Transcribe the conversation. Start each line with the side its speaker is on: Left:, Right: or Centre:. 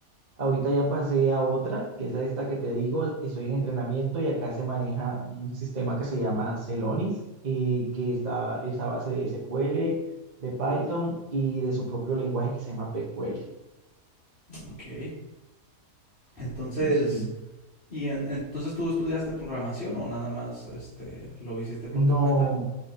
Right: Ahorita ya pasé a otra, que es a esta que te digo, estoy en entrenamiento y acá se maneja un sistema que se llama Celonis y que está es a base de SQL, de Python y de su propio lenguaje que se llama PQL.
Left: Ok. Entonces,
Right: Sí, sí.
Left: ¿y en- entonces tú estudiaste programación o nada más este, lo hiciste por
Right: No,
Left: tu cuenta?